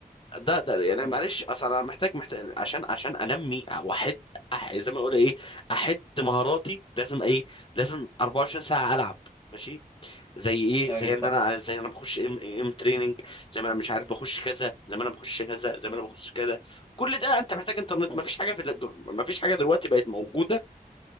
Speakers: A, on the left; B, on the right.
A: ده ده يعني
B: ايوه
A: معلش اصل انا محتاج محتاج عشان عشان انمي واحد أح- زي ما اقول ايه احد مهاراتي لازم ايه لازم 24 ساعه العب ماشي زي ايه
B: ايوه
A: زي ان
B: صح
A: انا زي انا بخش ام ام تريننج زي ما انا مش عارف بخش كذا زي ما انا بخش كذا زي ما انا بخش كذا كل ده انت محتاج انترنت
B: أيوة.
A: مفيش حاجه في ال- مفيش حاجه دلوقتي بقت موجوده